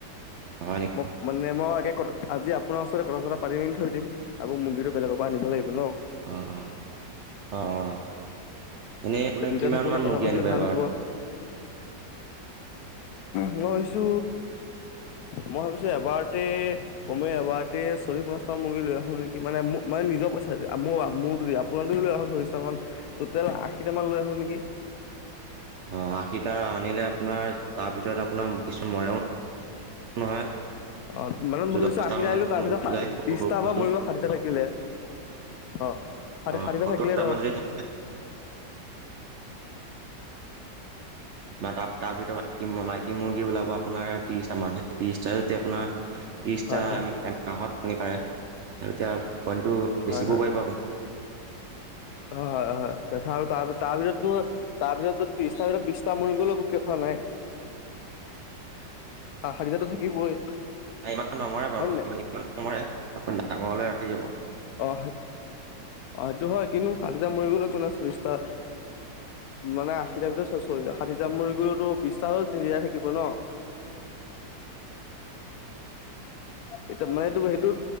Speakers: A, on the right; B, on the left.
A: অঁ হয় নেকি?
B: মই মানে মই একে আজি আপোনাৰ ওচ প কথা চথা পাতি মেলি থৈ দিম আৌ মুৰ্গীটো বেলেগৰ পৰা আনিব লাগিব ন।
A: অ অ অ অ এনে আপুনি
B: তে দুইটা
A: কিমান
B: থাকোতে
A: মান
B: কথা
A: মুৰ্গী
B: পাতিলে
A: আনিব
B: ভাল
A: এবাৰত?
B: হ'ব মই ভাবিছো মই ভাবিছো এবাৰতে কমে এবাৰ চলি পঞ্চাটা মুৰগী লৈ আহো নেকি মানে নিজ পইচা দি মোৰ দ আপোনাৰোক লৈ আহ চল্লিশ টা মান। টেল আশীটামান লৈ আহো নেকি।
A: অ আশীটা আনিলে আপোনাৰ তাৰ ভিতৰত আপোনাৰ কিছুমান মৰেম নহয়।
B: অ তোমাৰত ম ধৰিছো
A: দহটামান
B: আশীটা আহিলো
A: যদি
B: তাৰপিছত
A: মৰিও যায় সৰু
B: বিশটা
A: সৰু বস্তু
B: মৰিব ষাঠিটা থাকিলে। <unintelligible> আৰু
A: <unintelligible>
B: চাৰিটা থাকিলে ধৰ
A: সেত আপোনাৰ মতাব তাৰ ভিতৰত মাইকী মুৰ্গী ওলাব আপোনাৰ ত্ৰিশটা মান সেই ত্ৰিশটাই যে আপোনাৰ ত্ৰিছটা
B: হয়, হয়,
A: এমাহত কণী পাৰে আৰু এতিয়া কণীটো বেচিবও
B: হয়,
A: পাৰিব আপুনি।
B: হয় হয় হয়। তেছা আৰু তাৰপিছত তাৰপিছত ত্ৰিছটা ভিতৰত বিশছটা মৰি গ'লো একো কে থোৱা নাই। <inaudible> আ ষাঠিটাটো থাকিবই
A: ইমান নমৰে বাৰু
B: হয় নাই?
A: ইমান নমৰে আপুনি ডাঙৰ হ'লে ৰাখি যাব।
B: অ। অ সেইটো হয় কিন্তু ষাঠিটা মৰি গলে একো নাই চল্লিশটা মানে <unintelligible> আশীটাৰ ভিতৰত চল্লি ষাঠিটা মৰি গলতো বিশটা জীয়াই থাকিব ন। এ মানে এইটো সেইটো